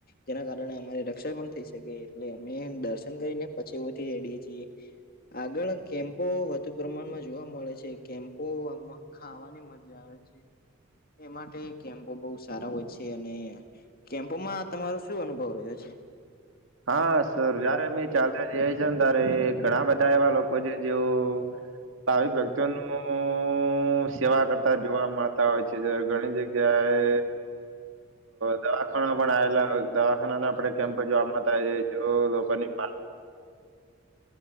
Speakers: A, on the left; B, on the right.
A: જેના કારણે અમારી રક્ષા પણ થઈ શકે એટલે અમે દર્શન. કરીને પછી ઉથી હેડીએ છીએ આગળ. કેમ્પો વધુ પ્રમાણમાં જોવા મળે છે કેમ્પો આમાં ખાવાની મજા આવે છે. એ માટે કેમ્પો બહુ સારા હોય છે અને. કેમ્પમાં તમારો શું અનુભવ રહ્યો છે?
B: હા સર જયારે અમે ચાલતા જએ છે ને તારે એ ઘણા બધા એવા લોકો જે જેવું આવી વ્યક્તિઓનું સેવા કરતા જોવા મળ તા હોય છે જ્યારે ઘણી જગ્યાએ દવાખાના પણ આવેલા હોય દવાખાનાને આપડે કેમ્પ જોવા મળતા છે જો લોકોની